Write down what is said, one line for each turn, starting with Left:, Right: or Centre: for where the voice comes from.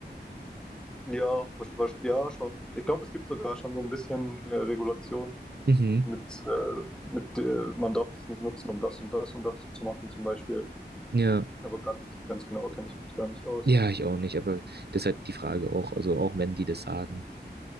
Centre: Ja, wasch- wasch- ja, schon. Ich glaube, es gibt sogar schon so ein bisschen äh, Regulation
Right: Mhm.
Centre: mit, äh, mit äh, man darf das nicht nutzen, um das und das und das zu machen, zum Beispiel.
Right: Ja,
Centre: Aber ganz, ganz genau kenne ich mich da nicht aus.
Right: ja, ich auch nicht, aber das ist halt die Frage auch. Also auch wenn die das sagen,